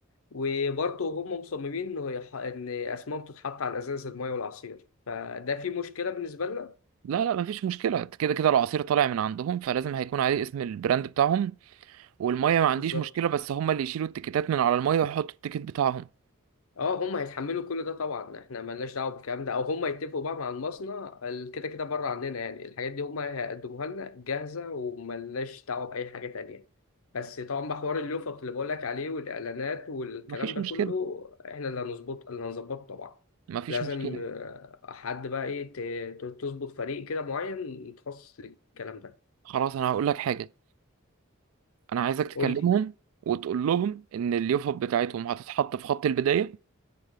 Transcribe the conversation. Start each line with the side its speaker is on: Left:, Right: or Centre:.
Left: وبرضه هم مصممين انه يح- ان اسمائهم تتحط على ازاز المايه والعصير فده في مشكلة بالنسبة لنا
Right: لا لا مفيش مشكلة كده كده العصير طالع من عندهم فلازم هيكون عليه اسم البراند بتاعهم والمية ما عنديش
Left: بالظبط
Right: مشكلة بس هما اللي يشيلوا التيكيتات من على المية ويحطوا التيكيت بتاعهم
Left: اه هم هيتحملوا كل ده طبعا احنا ملناش دعوه بالكلام ده او هم يتفقوا بقى مع المصنع ال- كده كده بره عننا يعني الحاجات دي هم هيقدموها لنا جاهزه وملناش دعوه باي حاجه تانية بس طبعا بقى حوار اللوفت اللي بقول لك عليه والاعلانات والكلام
Right: مفيش
Left: ده
Right: مشكلة
Left: كله احنا اللي هنظبط اللي هنظبطه طبعا
Right: مفيش
Left: لازم
Right: مشكلة
Left: آه، حد بقى ايه ت- ت- تظبط فريق كده معين متخصص للكلام ده
Right: خلاص أنا هقول لك حاجة أنا عايزك تكلمهم
Left: قول لي
Right: وتقول لهم إن اليوفب بتاعتهم هتتحط في خط البداية